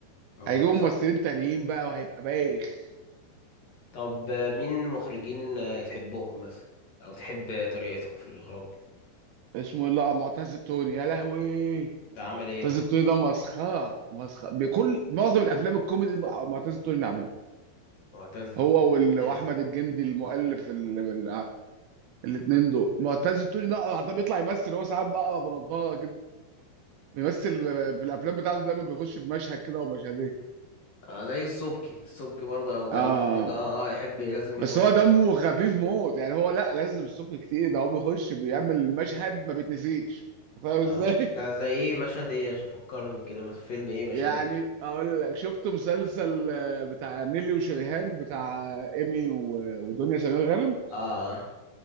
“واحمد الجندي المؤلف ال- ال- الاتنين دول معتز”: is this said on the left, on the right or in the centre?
Right